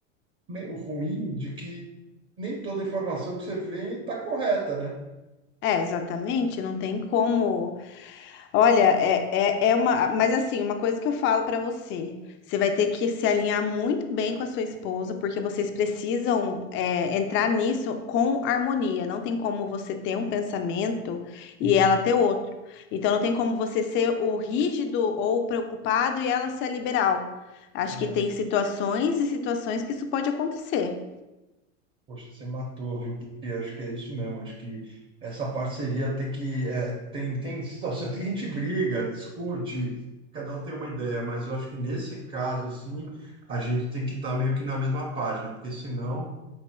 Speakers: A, on the right; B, on the left.
A: meio ruim de que nem toda informação que você vê está correta, né?
B: É, exatamente, não tem como Olha, é, é, é uma. Mas assim, uma coisa que eu falo pra você: você vai ter que se alinhar muito bem com a sua esposa, porque vocês precisam, é, entrar nisso com harmonia. Não tem como você ter um pensamento e
A: Uhum.
B: ela ter outro. Então, não tem como você ser o rígido ou o preocupado e ela ser a liberal. Acho
A: É,
B: que tem situações e situações que isso pode acontecer.
A: poxa, você matou, viu? Porque acho que é isso mesmo. Acho que essa parceria tem que. é, tem, tem situações que a gente briga, discute, cada um tem uma ideia, mas eu acho que nesse caso, assim, a gente tem que estar meio que na mesma página, porque senão.